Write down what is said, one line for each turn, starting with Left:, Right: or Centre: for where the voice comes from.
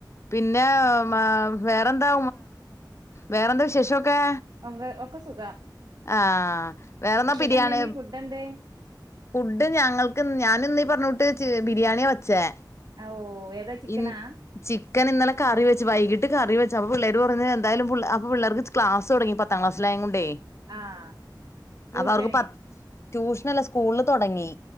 Left: പിന്നെ വേറെന്താ വേറെന്താ വിശേഷൊക്കെ?
Right: ഒ ഒക്കെ സുഖം
Left: ആഹ വേറെന്താ
Right: ഉച്ചക്ക്
Left: പിരിയാണ്
Right: എന്തേനി ഫുഡ് എന്തേ
Left: ഫുഡ് ഞങ്ങൾക്ക് ഞാനിന്നീ പറഞ്ഞോട്ട് ബിരിയാണിയ വെച്ചേ
Right: ഓ ഏതാ ചിക്കനാ?
Left: ഇ ചിക്കൻ ഇന്നലെ കറി വെച്ച് വൈകിട്ട് കറി വെച്ചു അപ്പൊ പിള്ളേര് പറഞ്ഞ് എന്തായാലും അപ്പൊ പിള്ളേർക്ക് ക്ലാസ് തുടങ്ങി പത്താം ക്ലസ്സിലായകൊണ്ടേ
Right: ആഹ് ട്യൂഷന്
Left: അപ്പ അവർക്ക് പ ട്യൂഷനല്ല സ്കൂളില് തുടങ്ങി